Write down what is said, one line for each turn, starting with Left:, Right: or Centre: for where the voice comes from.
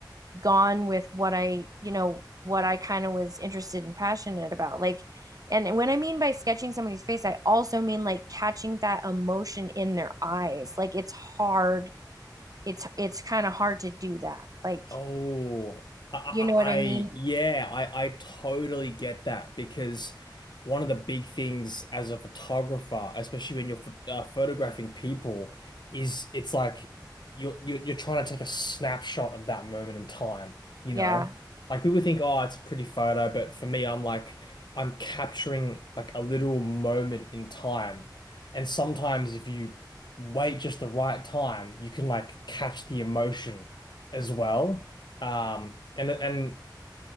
Right: gone with what I, you know, what I kind of was interested and passionate about. Like, and when I mean by sketching somebody's face, I also mean like catching that emotion in their eyes. Like it's hard. It's it's kind of hard to do that. Like,
Left: Oh, I, I,
Right: you know what I
Left: I
Right: mean?
Left: yeah, I, I totally get that because one of the big things as a photographer, especially when you're ph uh, photographing people, is it's like you're, you're you're trying to take a snapshot of that moment in time, you
Right: Yeah.
Left: know? Like people think, oh, it's a pretty photo, but for me, I'm like I'm capturing like a literal moment in time, and sometimes if you wait just the right time, you can like catch the emotion as well. Um, and and